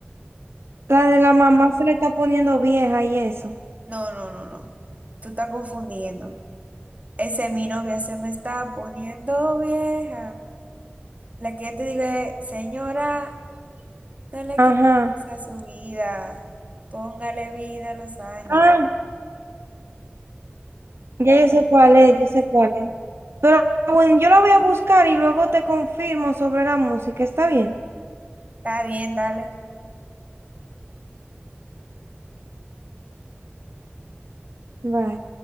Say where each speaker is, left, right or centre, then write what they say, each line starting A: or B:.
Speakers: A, on the right (about 75°); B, on the right (about 35°).
A: la
B: con-
A: de la mamá se le está poniendo vieja y eso.
B: No, no, no, no. Tú estás confundiendo. Ese es mi novia, se me está poniendo vieja. La que yo te digo es, señora, no le quite
A: Ajá.
B: años a su vida. Póngale vida a los años.
A: Ah, ya yo sé cuál es, yo sé cuál es. Pero bueno, yo la voy a buscar y luego te confirmo sobre la música. ¿Está bien?
B: Está bien, dale.
A: Bye.